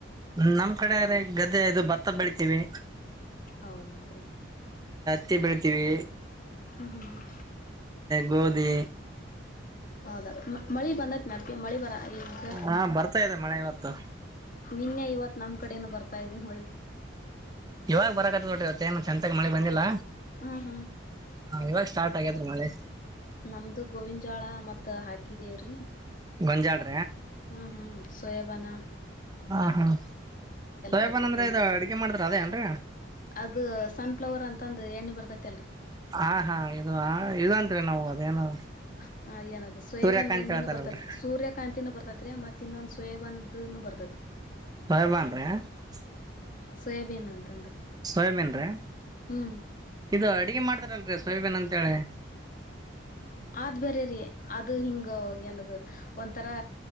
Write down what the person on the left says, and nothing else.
ಹೌದನಪ್ಪಿ
ಹ್ಮ ಹ್ಮ್
ಹೌದಾ ಮಳಿ ಬಂದ ನನಪಿ ಮಳಿ ಬಂದ ಈಗ
ನಿನ್ನೆ ಇವತ್ ನಮ್ ಕಡೆನು ಬರ್ತ ಬರ್ತಾ ಇದೆ ಮಳೆ
ಹ್ಮ ಹ್ಮ್
ನಮ್ದು ಗೋವಿಂದ ಜಾಳ ಮತ್ತ್ ಹಾಕಿದೀ ರೀ
ಹ್ಮ್ ಹ್ಮ್ ಸೋಯಬಾನ
ಹಾಕಿರ್ತಿವಿ
ಅದು ಸನ್ ಫ್ಲವರ್ ಅಂತಂದ ಎಣ್ಣೆ ಬರ್ತತಿ
ಹ ಅದ ಹೆನಾದದು ಸೋಯಬಂದ
ಎಣ್ಣಿನ
ಬರ್ತತಿ ಸೂರ್ಯಕಾಂತಿನು ಬರ್ತತ್ರಿ ಮತ್ತ ಇನ್ನೊಂದು ಸೋಯಬನ್ದನು ಬರ್ತತಿ
ಸೋಯಬೀನ್ ಅಂತಂದು
ಹ್ಮ್
ಆದ್ ಬೇರೆ ರೀ ಅದು ಹಿಂಗ ಏನದು ಒಂಥರಾ